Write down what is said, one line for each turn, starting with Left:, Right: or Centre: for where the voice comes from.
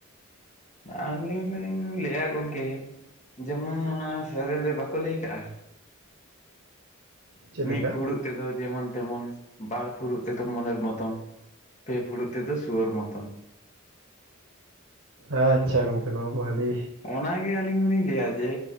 Left: ᱟᱹᱞᱤᱧ ᱫᱚᱞᱤᱧ ᱞᱟᱹᱭᱮᱫᱼᱟ ᱜᱚᱢᱠᱮ ᱡᱮᱢᱚᱱ ᱚᱱᱟ ᱥᱮᱨᱮᱧ ᱨᱮ ᱵᱟᱠᱚ ᱞᱟᱹᱭ ᱠᱟᱜᱼᱟ᱾
Right: ᱪᱮᱫ
Left: ᱢᱤᱫ
Right: ᱞᱮᱠᱟ
Left: ᱯᱷᱩᱲᱩᱜ ᱛᱮᱫᱚ ᱡᱮᱢᱚᱱ ᱛᱮᱢᱚᱱ ᱵᱟᱨ ᱯᱷᱩᱲᱩᱜ ᱛᱮᱫᱚ ᱢᱚᱱᱮᱨ ᱢᱚᱛᱚᱱ ᱯᱮ ᱯᱷᱩᱲᱩᱜ ᱛᱮᱫᱚ ᱥᱩᱣᱟᱹᱨ ᱢᱚᱛᱚᱱ
Right: ᱟᱪᱪᱷᱟ ᱜᱚᱝᱠᱮ ᱱᱚᱣᱟ ᱢᱟ ᱟᱹᱰᱤ
Left: ᱚᱱᱟᱜᱮ ᱟᱹᱞᱤᱧ ᱦᱚᱸᱞᱤᱧ ᱞᱟᱹᱭᱟ ᱡᱮ